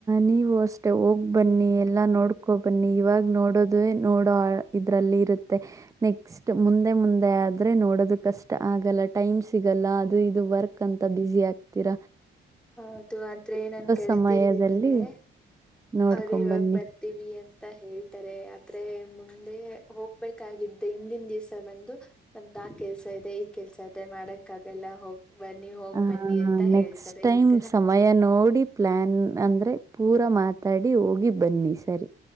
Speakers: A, on the right (about 15°); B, in the centre.
A: ನೀವು ಅಷ್ಟೇ ಹೋಗ್ ಬನ್ನಿ ಎಲ್ಲಾ ನೋಡ್ಕೊ ಬನ್ನಿ ಇವಾಗ ನೋಡೋದ ನೋಡೋ ಇದ್ರಲ್ಲಿ ಇರುತ್ತೆ ನೆಕ್ಸ್ಟ್ ಮುಂದೆ ಮುಂದೆ ಆದ್ರೆ ನೋಡೋದು ಕಷ್ಟ ಆಗಲ್ಲ ಟೈ್ ಸಿಗಲ್ಲ ಅದು ಇದು ವರ್ಕ್ ಅಂತ ಬಿಜಿ ಆಗ್ತರ
B: ಹೌದು ಆದ್ರೆ ನನ್ ಗೆಳತಿ
A: ಸಮಯದಲ್ಲಿ
B: ಇರಿದ್ದಾರೆ
A: ನೋಡ್ಕೊಂಬನ್ನಿ
B: ಅವರು ಇವಾಗ ಬರ್ತೀವಿ ಅಂತ ಹೇಳ್ತಾರೆ ಆದೆ ಮುಂದೆ ಹೋಗ್ಬೇಕಾಗಿದ್ದೆ ಹಿಂದಿನ ದಿವ್ಸ ಬಂದು ನಮ್ದ ಆ ಕೆಲ್ಸ ಇದೆ ಈ ಕೆಲ್ಸ ಇದೆ ಮಾಡಕ್ಕಾಗಲ್ಲಾ ಹೋಗಿ ಬನ್ನಿ ಹೋಗ್
A: ಆ
B: ಬನ್ನಿ ಅಂತ ಹೇಳ್ತಾರೆ
A: ನೆಕ್ಸ್ಟ್ ಟೈಮ್
B: ತರ
A: ಸಮಯ ನೋಡಿ ಪ್ಲಾನ್ ಅಂದ್ರೆ ಪೂರ ಮಾತಾಡಿ ಹೋಗಿ ಬನ್ನಿ ಸರಿ